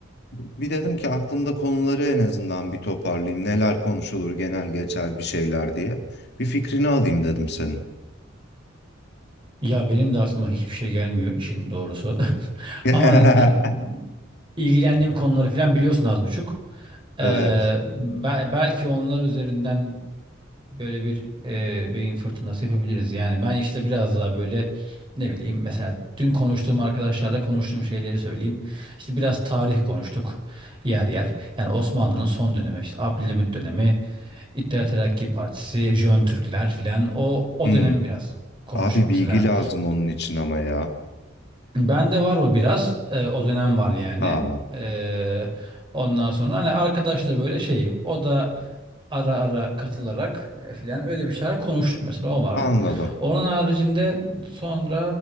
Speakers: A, on the left; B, on the right.
A: Bir dedim ki aklımda konuları en azından bir toparlayayım. Neler konuşulur genel geçer bir şeyler diye. Bir fikrini alayım dedim senin.
B: Ya benim de aklıma hiçbir şey gelmiyor işin doğrusu. <laughs>
A: <laughs>
B: Ama hani bi- ilgilendiğim konuları falan biliyorsun az buçuk.
A: Evet.
B: Ee, be- belki onlar üzerinden böyle bir e, beyin fırtınası yapabiliriz. Yani ben işte biraz daha böyle ne bileyim mesela dün konuştuğum arkadaşlarla konuştuğum şeyleri söyleyeyim. İşte biraz tarih konuştuk yer yer. Yani Osmanlı'nın son dönemi işte Abdülhamit dönemi, İttihat Terakki Partisi, Jön Türkler filan o o
A: Hmm.
B: dönemi biraz konuştuk
A: Abi
B: mesela.
A: bilgi lazım onun için ama ya.
B: Bende var o biraz. Ee, o dönem var yani.
A: Aa,
B: Ee, ondan sonra hani arkadaşla böyle şey o da ara ara katılarak e, filan öyle bir şeyler konuştuk mesela o vardı.
A: anladım.
B: Onun haricinde sonra